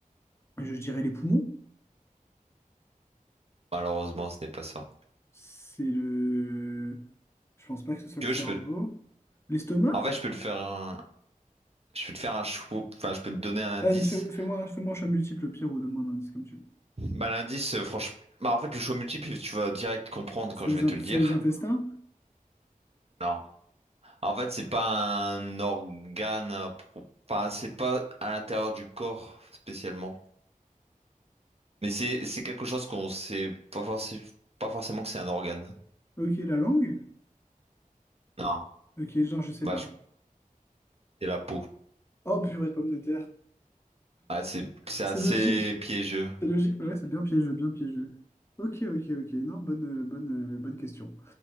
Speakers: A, on the left; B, on the right.
A: Je dirais les poumons.
B: Malheureusement, ce n'est pas ça.
A: C'est le... Je pense pas que ce soit
B: Tu
A: le
B: veux,
A: cerveau.
B: je peux.
A: L'estomac?
B: En fait, je peux te faire un, Je peux te faire un show, enfin, je peux te donner un indice.
A: Vas-y, fais, fais-moi, fais-moi un choix multiple, pire, ou donne-moi un indice comme tu veux.
B: Bah, l'indice, euh, franchement, bah, en fait, le show multiple, tu vas direct comprendre
A: C'est
B: quand je
A: les,
B: vais
A: in-
B: te le
A: c'est
B: dire.
A: les intestins?
B: Non. En fait, c'est pas un organe, à pro- enfin, c'est pas à l'intérieur du corps spécialement. Mais c'est, c'est quelque chose qu'on sait pas forcément, pas forcément que c'est un organe.
A: Ok, la langue?
B: Non.
A: Ok, genre, je sais
B: Bah,
A: pas.
B: je- c'est la peau.
A: Oh, purée de pommes de terre.
B: Ah, c'est, c'est
A: C'est
B: assez
A: logique.
B: piégeux.
A: C'est logique, mais ouais, c'est bien piégeux, bien piégeux. Ok, ok, ok. Non, bonne, euh, bonne, euh, bonne question.